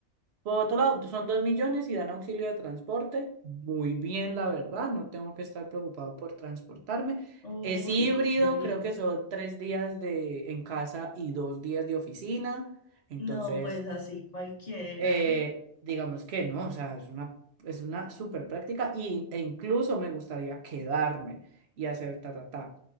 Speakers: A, on the right; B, on the left.
A: Por otro lado, son dos millones y dan auxilio de transporte. Muy bien, la verdad, no tengo que estar preocupado por transportarme.
B: Uy,
A: Es híbrido,
B: qué bien.
A: creo que son tres días de en casa y dos días de oficina. Entonces,
B: No, pues así cualquiera.
A: eh, digamos que no, o sea, es una, es una súper práctica y, e incluso me gustaría quedarme y hacer ta, ta, ta.